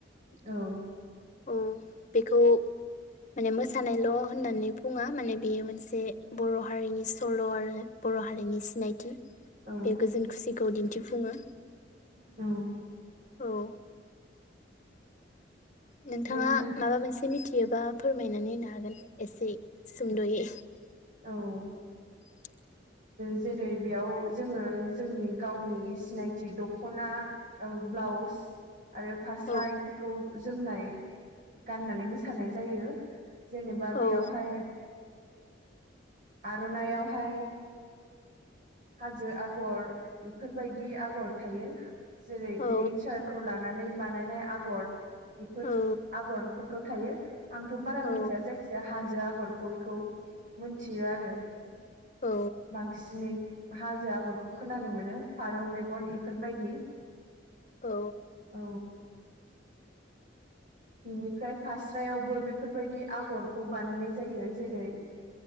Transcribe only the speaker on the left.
औ बेखौ माने मोसानायल' होननानै बुङा माने बेयो मोनसे बर' हारिनि सल' आरो बर' हारिनि सिनायथि
बे गोजोन खुसिखौ दिन्थिफुङो
औ नोंथाङा
माबा मोनसे मिथियोबा फोरमायनानै होनो हागोन एसे सुंद'यै
<inaudible>
औ
औ
औ
औ
औ
औ
औ
<inaudible>